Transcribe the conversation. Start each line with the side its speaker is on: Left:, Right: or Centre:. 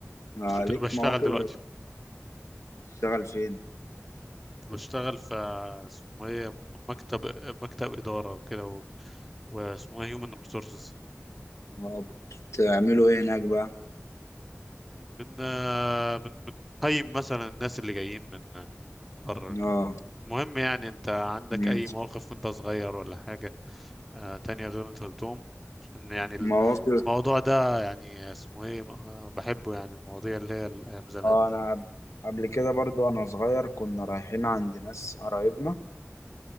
Left: آه
Centre: بشت-
Left: ليك
Centre: بشتغل
Left: مواقف
Centre: دلوقتي
Left: بتشتغل فين
Centre: بشتغل في اسمه ايه مكتب مكتب إدارة وكده و... واسمه ايه human resources
Left: اه بتعملوا ايه هناك بقى
Centre: بن بن بنقيم مثلا الناس اللي جايين من بره كده
Left: اه
Centre: المهم يعني انت عندك
Left: مم.
Centre: اي مواقف وانت صغير ولا حاجة آه تانية غير اللي انت قلتهم عشان يعني
Left: مواقف
Centre: الموضوع ده يعني اسمه ايه آه، بحبه يعني المواضيع اللي هي ايام زمان
Left: اه
Centre: دي
Left: انا قبل كده برضو وانا صغير كنا رايحين عند ناس قرايبنا